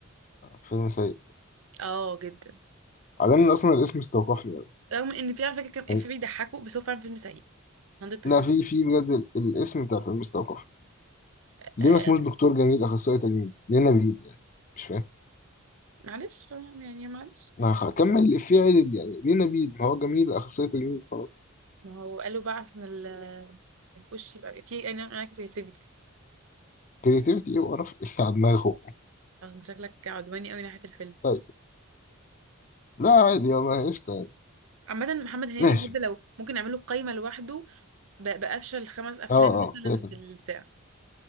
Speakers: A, on the left (about 35°); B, on the right (about 70°).
A: فيلم سيء
B: اه جدا
A: بعدين اصلا الاسم استوقفني قوي
B: رغم ان في على فكره كام اف
A: يعني
B: بيضحكوا بس هو فعلا فيلم سيء 100%
A: لا في في بجد ال- الاسم بتاع الفيلم استوقفني
B: آه
A: ليه ما اسموش دكتور جميل اخصائي تجميل ليه نبيل يعني مش فاهم
B: معلش آه، يعني معلش
A: ما هكمل الإفيه عدل يعني ليه نبيل ما هو جميل اخصائي تجميل خلاص
B: ما هو قالوا بقى عشان ال- الوش يبقى في انا انا كريتيفيتي
A: كريتيفيتي ايه وقرف <laughs> الإفيه على دماغه
B: شكلك عدواني قوي ناحيه الفيلم
A: طيب لا عادي والله قشطة يعني.
B: عامة محمد هنيدي
A: ماشي
B: بجد لو ممكن نعمله قايمة لوحده ب- بأفشل خمس أفلام
A: اه
B: مثلا
A: اه كده كده
B: في البتاع